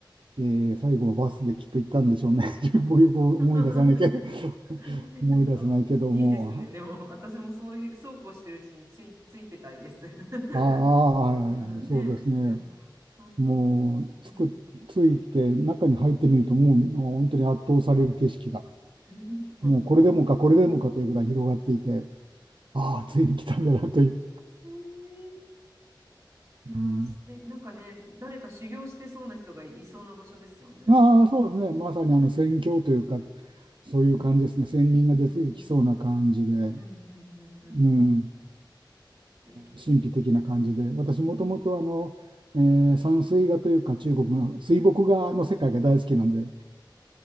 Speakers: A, on the right (about 80°); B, on the right (about 45°).
A: えー最後はバスできっと行ったんでしょうね。<laughs> 僕よく思い出さないけど、
B: <laughs>
A: <laughs>
B: <laughs>
A: 思い出せないけども、
B: なんか、いいですね。でも、私もそういう、そうこうしてるうちについ、ついてたいです。<laughs>
A: ああ、はいはいはい、
B: うんねなんか、
A: そうですね。
B: そんな、
A: もうつく、
B: うん。
A: ついて中に入ってみると、もう本当に圧倒される景色が、
B: う
A: もうこれでもか、
B: ん
A: これでもかというぐらい広がっていて、ああ、ついに来たんだなという。
B: へえいやー、
A: うん
B: 素敵、なんかね、誰か修行してそうな人がいそうな場所ですよね。
A: ああ、そうですね。まさにあの宣教というか、そういう感じですね。仙人が出てきそうな感じで。
B: うんうん。うんうんうんうん。
A: うん。
B: 素敵。
A: 神秘的な感じで、私もともとあの、えー山水画というか中国の水墨画の世界が大好きなんで、